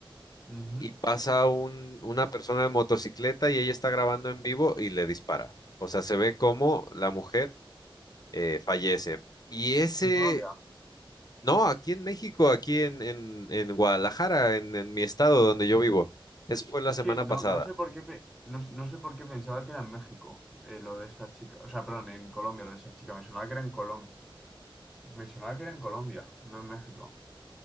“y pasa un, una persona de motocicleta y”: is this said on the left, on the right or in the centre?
Left